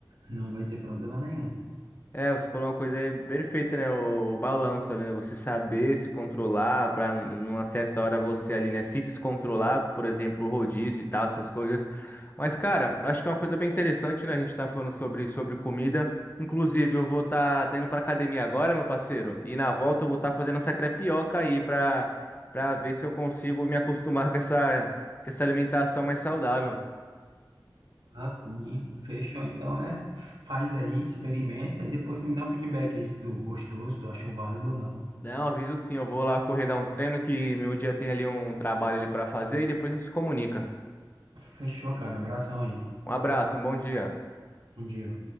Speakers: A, on the right; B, on the left.
A: não vai ter problema nenhum.
B: É, você falou uma coisa aí perfeita, né? O, o balanço ali, né? Você saber se controlar para numa certa hora você ali, né? Se descontrolar, por exemplo, o rodízio e tal, essas coisas. Mas, cara, eu acho que é uma coisa bem interessante, né? A gente tá falando sobre, sobre comida. Inclusive, eu vou estar tá, tá indo pra academia agora, meu parceiro. E na volta eu vou estar fazendo essa crepioca aí pra, pra ver se eu consigo me acostumar <laughs> com essa, com essa alimentação mais saudável.
A: Assim, fechou. Então, é, faz aí, experimenta e depois tu me dá um feedback aí se tu gostou, se tu achou válido ou não.
B: Não, aviso sim, eu vou lá correr dar um treino que meu dia tem ali um trabalho ali para fazer e depois a gente se comunica.
A: Fechou, cara. Abração aí.
B: Um abraço, um bom dia.
A: Bom dia.